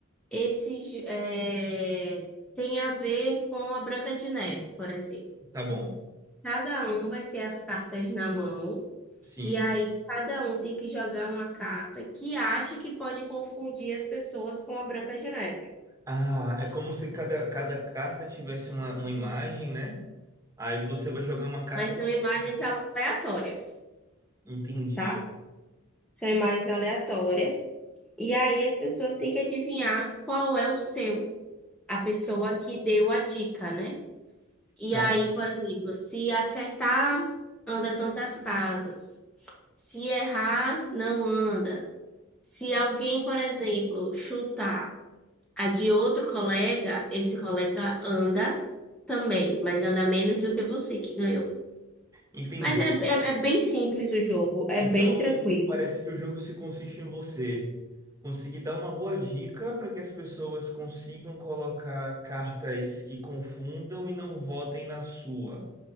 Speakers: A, in the centre; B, on the right (about 15°).
A: esse j- é, tem a ver com a Branca de Neve, por exemplo.
B: Tá bom.
A: Cada um vai ter as cartas na mão,
B: Sim.
A: e aí cada um tem que jogar uma carta que acha que pode confundir as pessoas com a Branca de Neve.
B: Ah, é como se cada, cada carta tivesse uma, uma imagem, né? Aí você vai jogar uma carta
A: Mas são
B: que
A: imagens
B: tem. né?
A: aleatórias,
B: Entendi.
A: tá? São imagens aleatórias. E aí as pessoas têm que adivinhar qual é o seu, a pessoa que deu a dica, né? E
B: Tá,
A: aí, por exemplo, se acertar, anda tantas casas. Se errar, não anda. Se alguém, por exemplo, chutar a de outro colega, esse colega anda também, mas anda menos do que você que ganhou.
B: entendi.
A: Mas é, é, é bem simples o jogo, é
B: Então,
A: bem tranquilo.
B: parece que o jogo se consiste em você conseguir dar uma boa dica para que as pessoas consigam colocar cartas que confundam e não votem na sua.